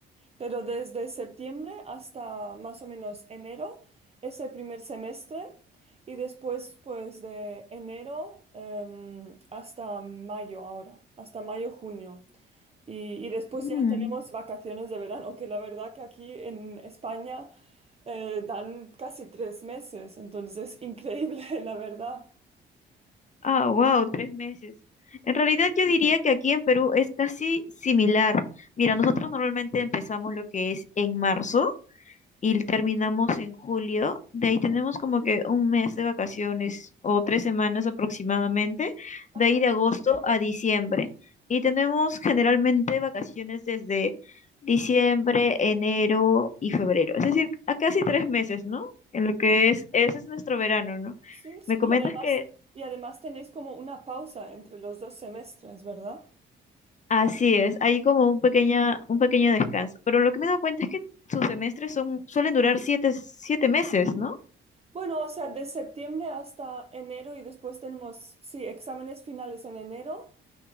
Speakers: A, on the right; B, on the left.
A: Pero desde septiembre hasta más o menos enero es el primer semestre y después pues de enero em, hasta mayo ahora, hasta mayo, junio. Y, y después
B: Mm.
A: ya tenemos vacaciones de verano, que la verdad que aquí en España eh, dan casi tres meses, entonces es increíble, <laughs> la verdad.
B: Ah, wow, tres meses. En realidad yo diría que aquí en Perú es casi similar. Mira, nosotros normalmente empezamos lo que es en marzo y terminamos en julio. De ahí tenemos como que un mes de vacaciones o tres semanas aproximadamente.
A: Ajá,
B: De ahí de agosto a diciembre. Y tenemos generalmente vacaciones desde diciembre, enero y febrero. Es decir, a casi tres meses, ¿no? En lo que es, ese es nuestro verano, ¿no?
A: sí, sí.
B: Me comentas
A: Y además,
B: que
A: y además tenéis como una pausa entre los dos semestres, ¿verdad?
B: Así es, hay como un pequeña, un pequeño descanso. Pero lo que me he dado cuenta es que sus semestres son, suelen durar siete, siete meses, ¿no?
A: Bueno, o sea, de septiembre hasta enero y después tenemos, sí, exámenes finales en enero.